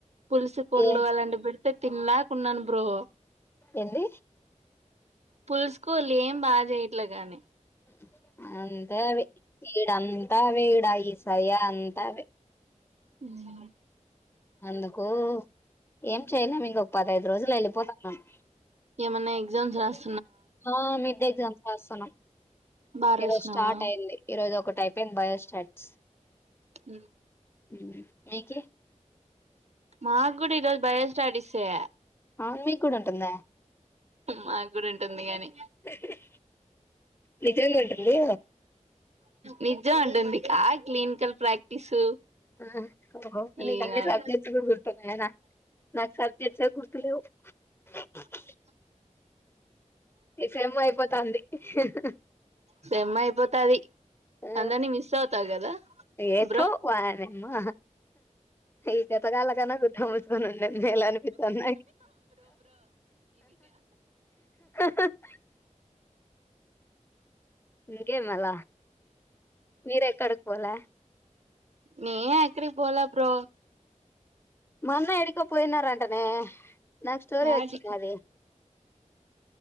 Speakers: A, on the right; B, on the left.
A: పులిసి కూరలు
B: ఏ
A: అలాంటి పెడ్ తి తిన్లాక ఉన్నాను బ్రో
B: ఎంది
A: పులుసుకోళు ఏం బాగా చేయట్లేగాని.
B: <inaudible> అంతే అవి ఇడంత అవే ఇడా ఈసయ అంతవే
A: <unintelligible>
B: ఆ అందుకు ఏం చెయలే మీక ఒక పదహైదు రోజులు వెళ్ళిపోతాం మేము.
A: ఏమన్నా ఎగ్జామ్స్ రాసి
B: ఆ మిడ్ ఎగ్జామ్స్ రాస్తున్నాం
A: బాగా రాసినావా
B: ఈరోజు స్టార్ట్ అయింది ఈరోజు ఒకటి. అయిపోయింది బయోస్టాట్స్.
A: ఊ
B: హు మీకీ
A: మాకు కూడా ఈరోజు బయలుస్టడిసే
B: ఆ మీకూడా ఉంటందా?
A: మాకు కూడా ఉంటుంది గాని
B: హహ్ నిజంగా ఉంటంది.
A: నిజం అంటుంది ఇ కా క్లినికల్ ప్రాక్టీసు
B: హా చెప్పు బ్రో ఓహో
A: ఇవన్నీ
B: నీక అన్నీ సబ్జెక్ట్స్ గుర్తున్నాయ నాకు సబ్జెక్ట్స్ గుర్తులేవు. <unintelligible> ఈ సేమో అయిపోతుంది. హుహు
A: సెమ్మ అయిపోతది.
B: ఆ
A: అందరినీ మిస్ అవుతావు కదా
B: ఏఠో
A: బ్రో
B: వానేమ్మా ఇద తకాలగన్న! !!!!! ముసుకని ఉన్నేది మేలు అనిపితాంది. <unintelligible> ఇంగే మళ మీరేక్కడకి పోలే
A: నేను ఎక్కడికి పోలే బ్రో
B: మన్న ఎడికో పోయినారంటనే నాకు స్టోరీ
A: యాడికి
B: వచ్చినాది.